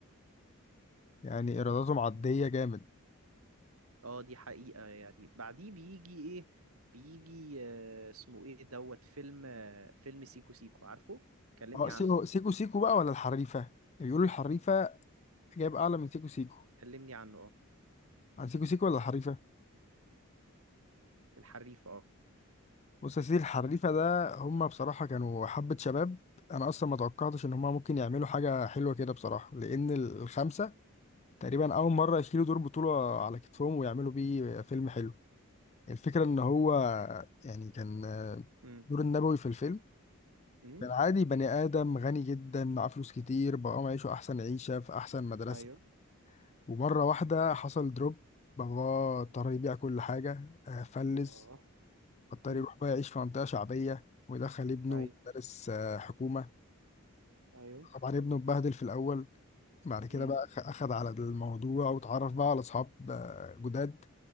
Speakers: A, on the left; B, on the right.
A: يعني ايراداته معديه جامد
B: اه دي حقيقة يعني بعديه بيجي ايه بيجي آه اسمه ايه دوت فيلم آه فيلم سيكو سيكو عارفه كلمني
A: اه سيكو
B: عنه
A: سيكو سيكو بقى ولا الحريفه بيقولوا الحريفه جايب اعلى من سيكو سيكو
B: كلمني عنه اه
A: عن سيكو سيكو ولا الحريفه
B: الحريف اه
A: بص يا سيدي الحريفه ده هما بصراحه كانوا حبه شباب انا اصلا ما توقعتش ان هما ممكن يعملوا حاجه حلوه كده بصراحه لان الخمسه تقريبا أول مرة يشيلوا دور بطولة على كتفهم ويعملوا بيه فيلم حلو الفكرة إن هو يعني كان آه،
B: امم
A: دور النبوي في الفيلم
B: امم
A: كان عادي بني آدم غني جدا معاه فلوس كتير بقى معيشه أحسن عيشة في أحسن مدرسة
B: ايوه
A: ومرة واحدة حصل دروب باباه اضطر يبيع كل حاجة آه، فلس
B: اه
A: اضطر
B: امم
A: يروح بقى يعيش في منطقة شعبية ويدخل ابنه
B: ايوه
A: مدارس آه، حكومة
B: ايوه
A: طبعا ابنه اتبهدل في الأول بعد كده
B: امم
A: بقى أخ- أخد على الموضوع واتعرف بقى على أصحاب آه، جداد